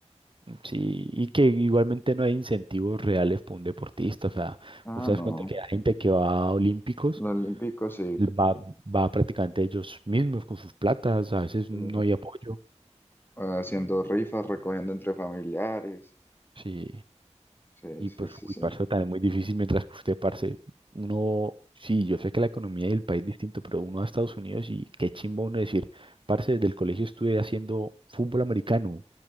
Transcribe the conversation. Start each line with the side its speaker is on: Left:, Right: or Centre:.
Right: sí, y que igualmente no hay incentivos reales para un deportista. O sea,
Left: Ah,
Right: vos te
Left: no.
Right: das cuenta que hay gente que va a olímpicos
Left: Los olímpicos sí.
Right: va, va prácticamente ellos mismos con sus platas, a veces
Left: Eh,
Right: no hay apoyo,
Left: Haciendo rifas, recogiendo entre familiares.
Right: sí,
Left: Sí,
Right: y
Left: sí,
Right: pues,
Left: sí,
Right: uy,
Left: sí.
Right: parce, también muy difícil mientras que usted, parce, uno, sí, yo sé que la economía del país es distinto, pero uno va a Estados Unidos y qué chimba uno decir, parce, desde el colegio estuve haciendo fútbol americano,